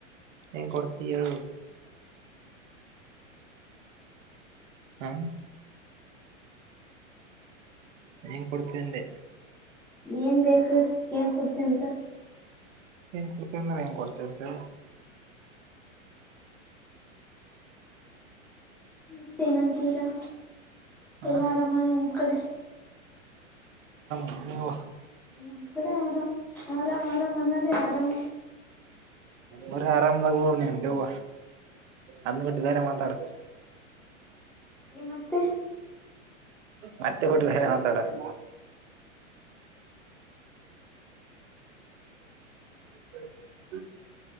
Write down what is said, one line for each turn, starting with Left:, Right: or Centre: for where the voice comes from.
Right: ಹೆ ಕೊಡ್ತೀರು ಹಾ ಹಂಗ ಕೊಡ್ತಿದ್ದೆ
Centre: ಏನ್ ಬೇಕು ಏನ್ ಕೊಡ್ತೇನ್
Right: ನ್ ಕೊಡ್ತೆ ಅಂದ್ರ ಹೆಂಗ ಕೊಡ್ತೆ ಅಂತೆ
Centre: ಮತ್ತೇನಂತೀರಾ
Right: ಹ
Centre: ಎಲ್ಲ ಅರಾಮ ನಿಮ ಕಡೆ
Right: ಹ್ಮ
Centre: ನಮ್ ಕೂಡೆ ಆರಾಮ ಆರಾಮ ಆರಾಮ ಮನ್ನದೆೇ ಆರಾಮ
Right: ಬರ ಆರಾಮದಾಗ ಬನ ದವು ಅನ್ನು ವಟ್ಟಿ ಬೇರೆ ಮಾತಾಡ
Centre: ಮತ್ತೆ
Right: ಮತ್ತೆ ಕೊಟ್ಟ್ರ ಹರೆತೋಡ <inaudible> <unintelligible>